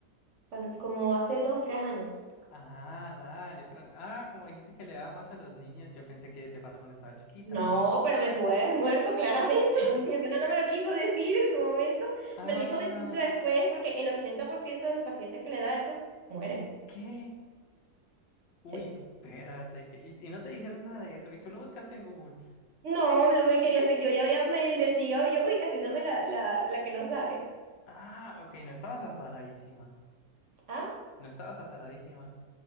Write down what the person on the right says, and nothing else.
pan- como hace dos, tres años.
No, pero me pude haber muerto claramente.
<laughs> Mi hermana no me lo quiso decir en su momento.
Me lo dijo de- mucho después porque el 80% de los pacientes que le da eso mueren.
Sí.
No, no me quería hacer. Yo ya había me investigado y yo, uy, haciéndome la, la, la que no sabe.
¿Ah?